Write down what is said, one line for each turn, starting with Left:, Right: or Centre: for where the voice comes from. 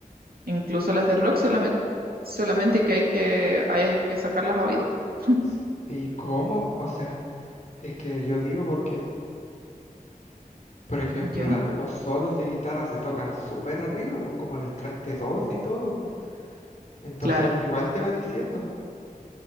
Right: Incluso las de rock solamente, solamente que hay que, hay que sacarlas a oído. <laughs>
Left: Sí, ¿Y cómo? O sea, es que yo digo porque, por ejemplo,
Right: ¿Ya?
Left: la- los solos de guitarra se tocan súper arriba, pues como en el traste 12 y todo, pues. Entonces
Right: Claro.
Left: ahí igual te va diciendo.